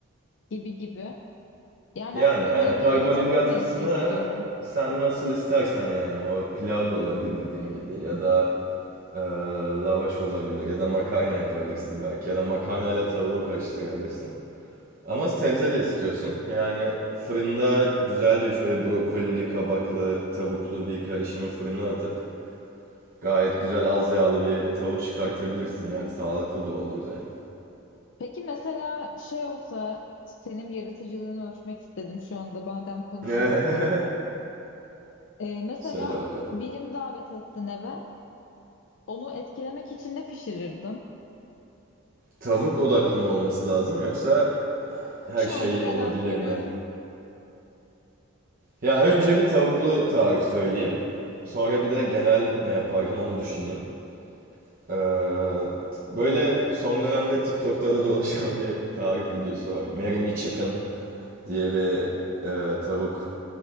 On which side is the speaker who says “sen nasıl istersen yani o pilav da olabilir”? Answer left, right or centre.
Right